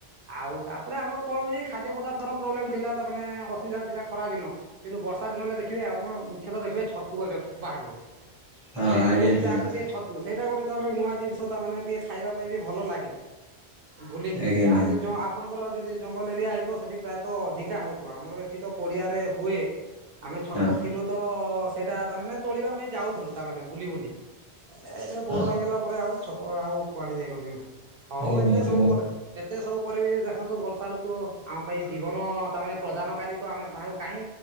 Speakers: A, on the right; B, in the centre.
A: ଆଉ ତାପରେ ଆମର କଣ ହଉଛି ଖାଦ୍ୟ ପଦାର୍ଥର ପ୍ରୋବ୍ଲେମ ଥିଲା ତା ମାନେ ଅସୁବିଧା ଥିଲା ଖରା ଦିନ କିନ୍ତୁ ବର୍ଷା ଦିନ ହେଲେ ଦେଖିବେ ଆପଣଙ୍କ ମୁଖ୍ୟତଃ ଦେଖିବେ ଛତୁ ଏ ବାହା
B: ହଁ
A: ପଡିଆ
B: ଆଜ୍ଞା
A: ଯୋଉଠି
B: ନିହାତି
A: ଯାଆନ୍ତୁ ଟିକେ ଛତୁ ସେଇଟା ଗୋଟେ। ତାପ ନୂଆ ଜିନିଷ ତା ମାନେ ଟିକେ ଖାଇବା ପାଇଁ ବି ଭଲ ଲାଗେ। ବୁଲିକି
B: ଆଜ୍ଞା
A: ଯାଆନ୍ତି
B: ନିହାତି
A: ଯୋଉ ଆପଣଙ୍କର ଯଦି ଜଙ୍ଗଲ ଏରିଆ ହେଇଥିବ ସେଠି ପ୍ରାୟତଃ ଅଧିକା ହଉଥିବ ଆମର ଏଠି ତ ପଡିଆରେ ହୁଏ। ଆମେ ଛୋଟ
B: ହଁ
A: ଥିଲୁ ତ ସେଇଟା ତାମାନେେ ତୋଳିବା ପାଇଁ ଯାଉଥିଲୁ ତାମାନେେ ବୁଲି ବୁଲି। ହେ ଏବେ
B: ହଁ
A: ବଡ ହେଇଗଲା ପରେ ଆଉ ଛୋଟ ଆଉ କୁଆଡେ ଯାଇପାରୁନୁ। ହଉ
B: ଆଜ୍ଞା
A: ଏତେ
B: ନିହାତି
A: ସବୁ
B: ମୁଁ
A: ପରେ ଏତେ ସବୁ ପରେ ବି ଦେଖନ୍ତୁ ବର୍ଷା ଋତୁ ଆମ ପାଇଁ ଜୀବନ ତାମାନେ ପ୍ରଦାନକାରୀ ତ ଆମେ ତାହାକୁ କାହିଁ